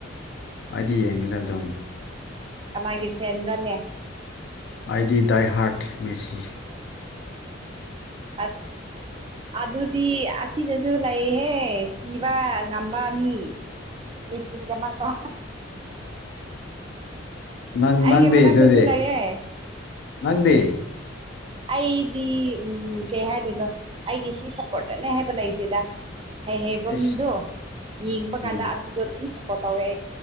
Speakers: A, on the left (about 55°); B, on the right (about 25°).
A: ꯑꯩꯗꯤ ꯌꯦꯡꯉꯤꯗ ꯑꯗꯨꯝ
B: ꯀꯃꯥꯏꯒꯤ ꯐꯦꯟꯔꯅꯦ
A: ꯑꯥꯏ ꯗꯤ ꯗꯥꯏ ꯍꯥꯔꯠ ꯃꯦꯁꯤ
B: ꯑꯁ ꯑꯗꯨꯗꯤ ꯑꯁꯤꯗꯁꯨ ꯂꯩꯍꯦ ꯁꯤꯕ ꯉꯝꯕ ꯃꯤ ꯃꯦꯁꯤꯒꯤꯗꯃꯛꯛꯇ
A: ꯅꯪ
B: ꯑꯩꯒꯤꯃꯅꯥꯛꯇꯁꯨ
A: ꯅꯪꯗꯤ ꯑꯗꯨꯗꯤ
B: ꯀꯡ ꯂꯌꯦ
A: ꯅꯪꯗꯤ
B: ꯑꯩꯗꯤ ꯎꯝ ꯀꯩ ꯍꯥꯏꯗꯣꯏꯅꯣ ꯑꯩꯒꯤ ꯁꯤ ꯁꯞꯄꯣꯔꯠꯇꯅꯦ ꯍꯥꯏꯕ ꯂꯩꯇꯦꯗ ꯍꯩ ꯍꯩꯕ
A: ꯑꯁ
B: ꯃꯤꯗꯣ ꯌꯦꯡꯕ ꯀꯥꯟꯗ
A: ꯎꯝ
B: ꯑꯗꯨꯗꯣ ꯑꯗꯨꯝ ꯁꯞꯄꯣꯔꯠ ꯇꯧꯋꯦ